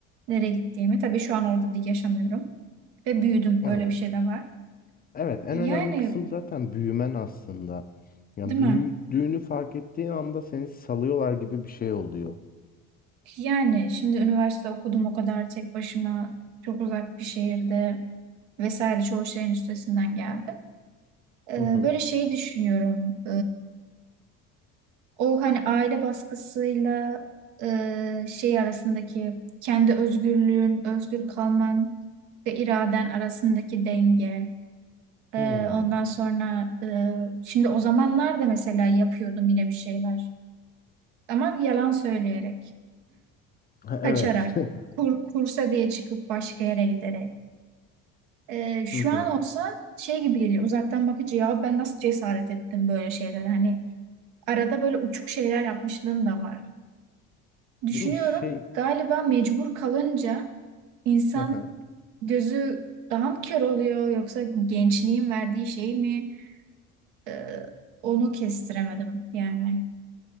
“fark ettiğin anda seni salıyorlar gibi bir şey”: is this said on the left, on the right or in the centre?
Left